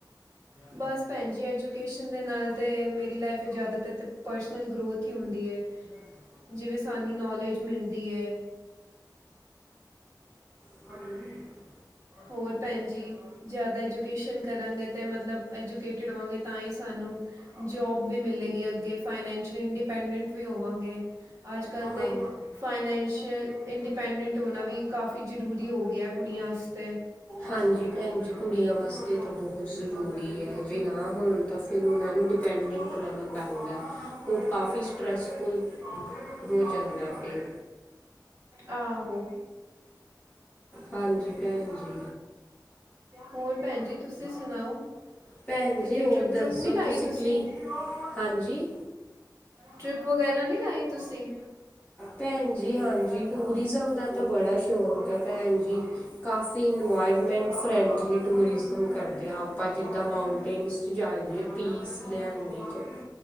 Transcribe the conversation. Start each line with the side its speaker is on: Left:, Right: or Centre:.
Right: ਬਸ ਭੈਣ ਜੀ, ਐਜੂਕੇਸ਼ਨ ਦੇ ਨਾਲ ਤਾਂ ਮੇਰੀ ਲਾਈਫ ਜ਼ਿਆਦਾਤਰ ਤਾਂ ਪਰਸਨਲ ਗਰੋਥ ਹੀ ਹੁੰਦੀ ਹੈ। ਜਿਵੇਂ, ਸਾਨੂੰ ਨੌਲੇਜ ਮਿਲਦੀ ਹੈ।
Left: ਹ <inaudible>
Right: ਹੋਰ, ਭੈਣ ਜੀ। ਜ਼ਿਆਦਾ ਐਜੂਕੇਸ਼ਨ ਕਰਾਂਗੇ ਤੇ ਮਤਲਬ ਐਜੂਕੇਟਿਡ ਹੋਵਾਂਗੇ, ਤਾਂ ਹੀ ਸਾਨੂੰ ਜੋਬ ਵੀ ਮਿਲੇਗੀ, ਅੱਗੇ ਫਾਈਨੈਂਸ਼ੀਅਲੀ ਇੰਡੀਪੈਂਡੈਂਟ ਵੀ ਹੋਵਾਂਗੇ। ਅੱਜ-ਕੱਲ੍ਹ 'ਤੇ
Left: ਹਾਂ
Right: ਫਾਈਨੈਂਸ਼ੀਅਲ ਇੰਡੀਪੈਂਡੈਂਟ ਹੋਣਾ ਵੀ ਕਾਫੀ ਜ਼ਰੂਰੀ ਹੋ ਗਿਆ, ਕੁੜੀਆਂ ਆਸਤੇ।
Left: ਹਾਂਜੀ, ਭੈਣ ਜੀ, ਕੁੜੀਆਂ ਵਾਸਤੇ ਤਾਂ ਬਹੁਤ ਜ਼ਰੂਰੀ ਹੈ, ਜੇ ਨਾ ਹੋਣ ਤਾਂ ਫ ਫਿਰ, ਉਹਨਾਂ ਨੂੰ ਡਿਪੈਂਡੈਂਟ ਰਹਿਣਾ। ਪੈਂਦਾ, ਉਹ ਕਾਫੀ ਸਟਰੈਸਫੁਲ ਹੋ ਜਾਂਦਾ, ਫਿਰ
Right: ਆਹੋ।
Left: ਹਾਂਜੀ, ਭੈਣ ਜੀ।
Right: ਹੋਰ, ਭੈਣ ਜੀ, ਤੁਸੀਂ ਸੁਣਾਓ,
Left: ਭੈਣ
Right: ਕਿੱਥੇ
Left: ਜੀ ਹੋਰ
Right: ਟਰਿਪ-ਟਰੁਪ
Left: ਦੱਸੋ
Right: ਨੀ ਲਾਈ ਤੁਸੀਂ?
Left: ਕਲੀ ਹਾਂਜੀ।
Right: ਟ੍ਰਿਪ ਵਗੈਰਾ ਨੀ ਲਾਈ ਤੁਸੀਂ?
Left: ਭੈਣ ਜੀ, ਹਾਂਜੀ ਟੂਰਿਜ਼ਮ ਦਾ ਤਾਂ ਬੜਾ ਸ਼ੌਕ ਹੈ, ਭੈਣ ਜੀ। ਕਾਫੀ ਇਨਵਾਇਰਮੈਂਟ ਫਰੈਂਡਲੀ ਟੂਰਿਜ਼ਮ ਕਰਦੇ ਹਾਂ, ਆਪਾਂ ਜਿੱਦਾਂ ਮਾਊਂਟੇਨਸ ਜਾਇਏ ਪੀਸ ਲੈਈ ਚ